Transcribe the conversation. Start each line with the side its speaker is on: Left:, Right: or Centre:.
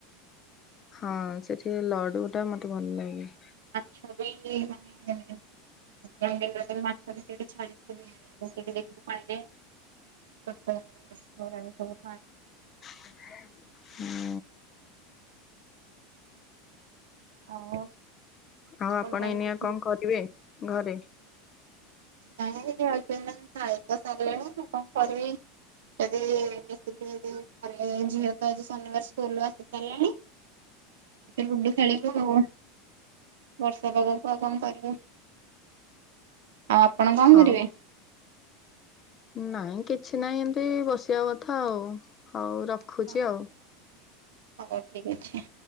Left: ହଁ ସେଠି ଲଡୁଟା ମତେ ଭଲ ଲାଗେ।
Right: ଛବି ମାନେ <unintelligible> ମାଛବି ସେଢି ଛାଡ଼ <unintelligible> ଦେଖୁ ପାଣିରେ <unintelligible> ଆମ ସବୁ ଥା
Left: ହୁଁ
Right: ଆଉ
Left: ଆଉ ଆପଣ
Right: ତାହେଲେ
Left: ଏଇନିଆ
Right: ଦେଖିଲେ
Left: କଣ କରିବେ, ଘରେ?
Right: ନାଇଁ <unintelligible> ଖାଇଖୁଆ ସରିଲେଣି ସେ କଣ କରିବି। ଯଦି <unintelligible> ଝିଅ ତ ଆଜି ଶନିବାର ସ୍କୁଲରୁ ଆସି ସାରିଲାଣି। ଲୁଡ଼ୁ ଖେଳିବୁ ଆଉ ବର୍ଷା ପାଗକୁ ଆଉ କଣ କରିବୁ। ଆଉ ଆପଣ କଣ
Left: ହଉ
Right: କରିବେ?
Left: ନାଇଁ କିଛିନାହିଁ ଏମିତି ବସିବା କଥା ଆଉ। ହଉ ରଖୁଛି
Right: ହଁ
Left: ଆଉ।
Right: ହଉ ଠିକ ଅଛି